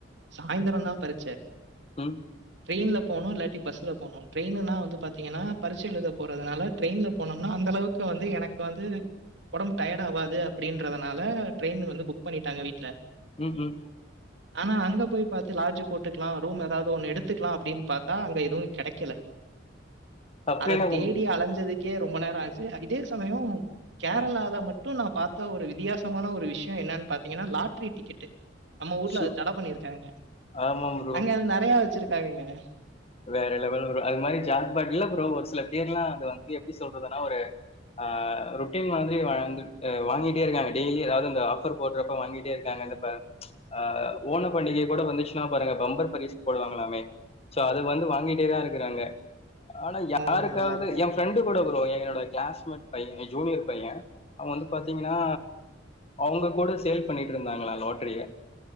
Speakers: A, on the right (about 65°); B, on the left (about 35°).
A: சாய்ந்தரோ தா பரிச்ச
B: ம்
A: ட்ரெயின்ல போனு இல்லாட்டி பஸ்ல போனு ட்ரெயினுன்னா வந்து பாத்தீங்கன்னா பரிட்ச எழுத போறதுனால ட்ரெயின்ல போனம்னா அந்தளவுக்கு வந்து எனக்கு வந்து ஒடம்பு டயர்ட் ஆவாது அப்டின்றதுனால ட்ரெயின் வந்து புக் பண்ணிட்டாங்க வீட்ல
B: ம் ம்
A: ஆனா அங்க போய் பாத்து லாட்ஜ் போட்டுக்கலா ரூம் ஏதாது ஒன்னு எடுத்துக்லா அப்டின்னு பாத்தா அங்க எதுவு கெடைக்கல
B: அப்புறம்
A: அத
B: என்ன
A: தேடி
B: பண்றீங்க
A: அலஞ்சது க்கே ரொம்ப நேரோ ஆச்சு இதே சமயோ கேரளால
B: ஆ
A: மட் டு நா பாத்த ஒரு விதியாசமான ஒரு விஷயோ என்னன்னு பாத்தீங்கன்னா லாட்ரி டிக்கெட்டு நம்ப ஊர்ல
B: சு
A: அத தட பண்ணிருக்காங்க
B: ஆமா ப்ரோ
A: அங்க அது நெறையா வச்சுரு <unintelligible>
B: வேற லெவல் ப்ரோ அது மாரி ஜாக்பாட்ல ப்ரோ ஒரு சில பேர்லா அது வந்து எப்டி சொல்றதுன்னா ஒரு ஆஹ் ரொட்டீன் மாரி வாங்கிட்டு வாங்கிட்டே இருக்காங்க டெய்லி ஏதாது ஆஃபர் போட்றப்ப வாங்கிட்டே இருக்காங்க இந்த இப்ப ம்ச் ஆஹ் ஓனம் பண்டிகை கூட வந்துச்சுன்னா பாருங்க பம்பர் பரிசு போடுவாங்களாமே சோ அது வந்து வாங்கிட்டேதா இருக்குறாங்க ஆனா யாருக்காவது
A: ஓ! நல்லாருக்கும்.
B: ஏ ஃப்ரெண்டு கூட ப்ரோ என்னோட க்ளாஸ் பையே ஜூனியர் பையே அவெ வந்து பாத்தீங்கன்னா அவுங்க கூட சேல் பண்ணிட்டு இருந்தாங்கலா லாட்ரிய